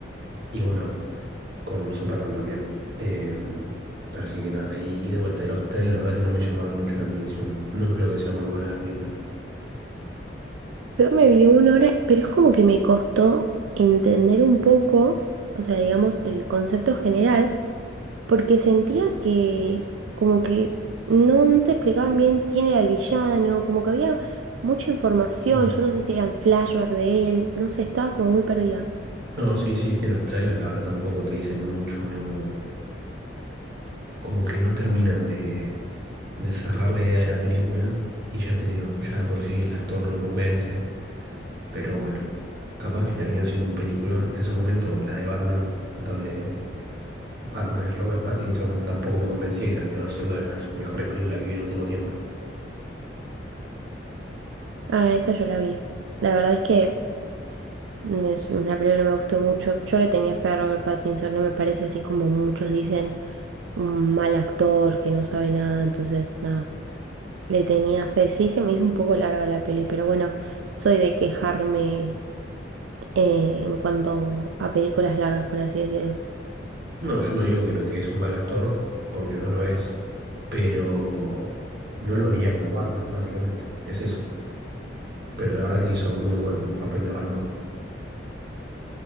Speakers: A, on the right; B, on the right.
A: y bueno, con Superman también. Em, así que nada, y, y de vuelta, y los trailers la verdad que no me llamaron mucho la atención. No creo que sea muy buena la película.
B: Yo me vi una hora, pero es como que me costó entender un poco, o sea, digamos, el concepto general. porque sentía que como que no, no te explicaban bien quién era el villano, como que había mucha información,
A: Mm.
B: yo no sé si eran flashback de él, no sé, estaba como muy perdida.
A: No, sí, sí, es que los trailers la verdad tampoco te dicen mucho, no, como que no terminan de, de cerrar la idea de la película. Y ya te digo, ya de por sí el actor no me convence, pero bueno, capaz que termina siendo un peliculón. En su momento, la de Batman, donde Batman es Robert Pattinson, tampoco me convencía y terminó siendo de las mejores películas que vi en el último tiempo.
B: Ah, esa yo la vi. La verdad es que mm, es una película que me gustó mucho. Yo le tenía fe a Robert Pattinson, no me parece así como muchos dicen, un mal actor que no sabe nada, entonces nada, le tenía fe. Sí, se me hizo un poco larga la peli, pero bueno, soy de quejarme eh, en cuanto a películas largas, por así decirlo.
A: No, yo no digo que no, que es un mal actor, porque no lo es. pero no lo veía como Batman, básicamente. Es eso. Pero la verdad que hizo un muy buen papel de Batman.